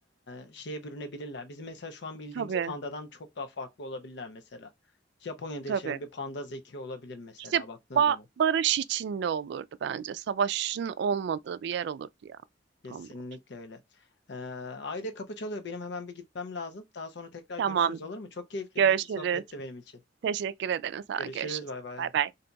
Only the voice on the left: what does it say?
e, şeye bürünebilirler. Bizim mesela şu an bildiğimiz
pandadan çok daha farklı olabilirler mesela. Japonya'da
yaşayan bir panda zeki olabilir mesela
baktığın
zaman.
Kesinlikle
öyle. E, Ayda kapı çalıyor. Benim hemen bir gitmem lazım. Daha sonra tekrar
görüşürüz olur mu? Çok keyifli
bir sohbetti benim için.
Görüşürüz.
Bay bay.